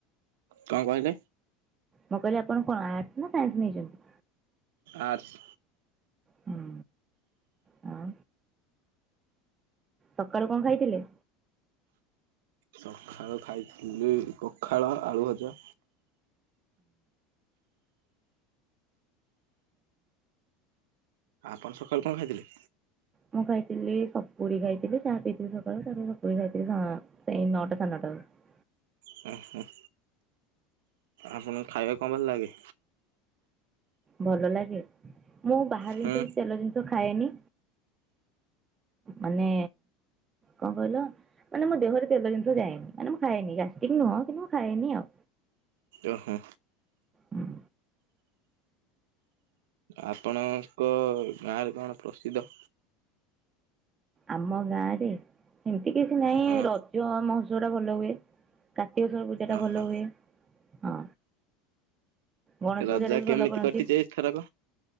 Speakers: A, on the right; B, on the right.
A: କଣ କହିଲେ?
B: ମୁଁ କହିଲି ଆପଣ କଣ ଆର୍ଟ୍ସ ନା ସାଇନ୍ସ ନେଇଛନ୍ତି?
A: ଆର୍ଟ୍ସ।
B: ହୁଁ। ହଁ ସକାଳୁ କଣ ଖାଇଥିଲେ?
A: ସଖାଳୁ ଖାଇଥିଲି ପଖାଳ ଆଳୁ ଭଜା। ଆପଣ ସଖାଳୁ କଣ ଖାଇଥିଲେ?
B: ମୁଁ ଖାଇଥିଲି ସପୁରୀ ଖାଇଥିଲି ଚାହା ପିଇଥିଲି ସକାଳୁ ତାପରେ ସପୁରି ଖାଇଥିଲି ସେଇ ନଅଟା ସାଢେ଼ ନଅଟା କୁ
A: ହଁ ହୁଁ। ଆପଣଙ୍କୁ ଖାଇବାକୁ କଣ ଭଲ ଲାଗେ?
B: ଭଲ ଲାଗେ ମୁଁ ବାହାର ଜିନିଷ
A: ହୁଁ
B: କିଛି ତେଲ ଜିନିଷ ଖାଏନି। ମାନେ। କଣ କହିଲ ମାନେ ମୋ ଦେହରେ ତେଲ ଜିନିଷ ଯାଏନି ମାନେ ମୁଁ ଖାଏନି ଗ୍ୟାଷ୍ଟିକ୍ ନୁହଁ କିନ୍ତୁ ମୁଁ ଖଏନି ଆଉ।
A: ଓ ହୋ।
B: ହୁଁ।
A: ଆପଣଙ୍କ ଗାଁରେ କଣ ପ୍ରସିଦ୍ଧ?
B: ଆମ ଗାଁ ରେ ଏମତି କିଛି ନାହିଁ
A: ହଁ
B: ରଜ ଆମ ଭଲ ହୁଏ କାର୍ତ୍ତିକଶ୍ବର ପୂଜା ଟା
A: ଓହୋ
B: ଭଲ ହୁଏ ହଁ ଗଣେଶ
A: ରଜ
B: ପୂଜା ଟା ବି
A: କେମିତି
B: ଭଲ କରନ୍ତି।
A: କଟିଛି ଏଥରକ